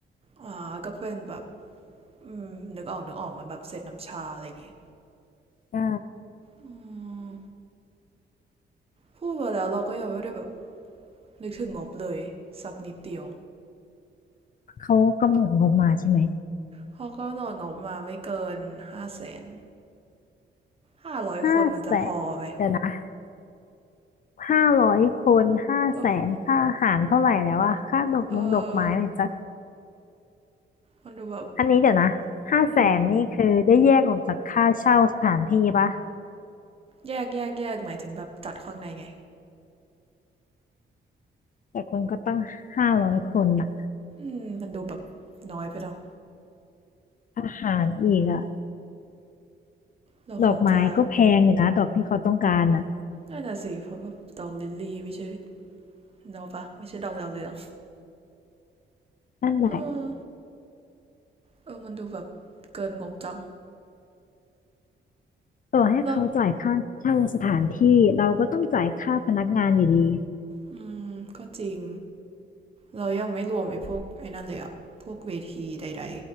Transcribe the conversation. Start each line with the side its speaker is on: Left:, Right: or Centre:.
Right: อ่าก็เป็นแบบอืมนึกออกนึกออกเหมือนแบบเซตน้ำชาอะไรอย่างงี้
Left: ใช่
Right: อืมพูดไปแล้วเราก็ยังไม่ได้แบบนึกถึงงบเลยสักนิดเดียว
Left: เขากำหนดงบมาใช่ไหม
Right: เขาะก็โดนงบมาไม่เกินห้าแสนห้าร้อยคนมันจะพอไหม
Left: ห้าแสนเดี๋ยวนะห้าร้อยคนห้าแสนค่าอาหารเท่าไหร่แล้วอะค่าดอกมงดอกไม้เนี่ยจะ
Right: เออเออมันดูแบบ
Left: อันนี้เดี๋ยวนะห้าแสนนี่คือได้แยกออกจากค่าเช่าสถานที่ปะ
Right: อืมแยกแยกแยกหมายถึงแบบจัดข้างในไง
Left: แต่คนก็ตั้งห้าร้อยคนน่ะ
Right: อืมมันดูแบบน้อยไปเนาะ
Left: อาหารอีกอะ
Right: เราควรจะ
Left: ดอกไม้ก็แพงอยู่นะดอกที่เขาต้องการน่ะ
Right: น่าจะสิเพราะแบบดอกลิลลี่ไม่ใช่เนาะปะไม่ใช่ดอกดาวเรือง
Left: นั่นแหละ
Right: เออเออมันดูแบบเกินงบจัง
Left: ต่อให้เขาจ่ายค่าเช่าสถานที่เราก็ต้องจ่ายค่าพนักงานอยู่ดี
Right: แล้วอืมก็จริงเรายังไม่รวมไอ้พวกไอ้นั่นเลยอะพวกเวทีใด